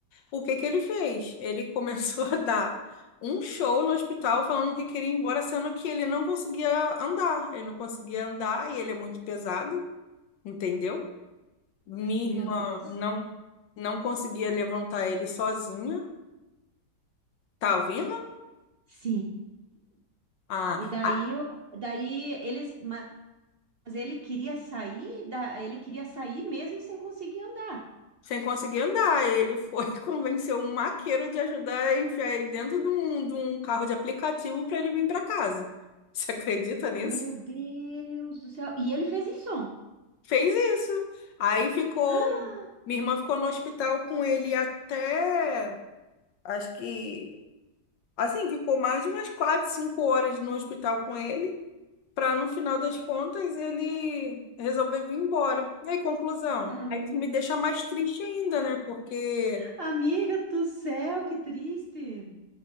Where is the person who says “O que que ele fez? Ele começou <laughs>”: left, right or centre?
Left